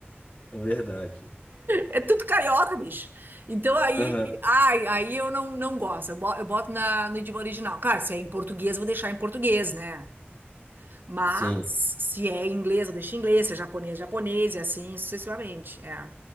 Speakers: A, on the left; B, on the right.
A: É verdade.
B: É tudo carioca, bicho. Então aí,
A: Aham,
B: ai, aí eu não, não gosto. Eu bo- eu boto na, no idioma original. Claro, se é em português, eu vou deixar em português, né? Mas
A: sim.
B: se é em inglês, eu deixo em inglês. Se é japonês, japonês, e assim sucessivamente. É,